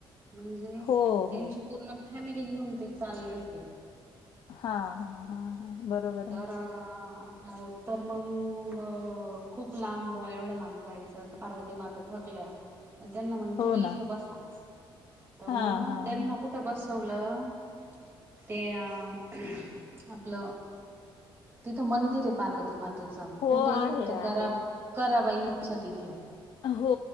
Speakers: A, on the right (about 25°); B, on the left (about 60°).
A: म्हणजे
B: हो
A: त्यांची
B: हो
A: पूर्ण फॅमिली घेऊन ते चालले होते.
B: हा हा हा हा बरोबर आहे
A: हो तर तर मग खूप लांब एवढं लांब जायचं तर परत- ते मग आता थकल्या त्यांना म्हण
B: हो
A: तुम्ही इथं
B: ना
A: बसा, तर
B: हां,
A: मग
B: हां,
A: त्यांना
B: हां.
A: कुठ- कुठं बसवलं ते आपलं, तिथं मंदिर आहे पार्वती मातेच
B: हो,
A: कुठे
B: आहे,
A: तर करा
B: आहे.
A: कराबाईं- तीथे
B: हो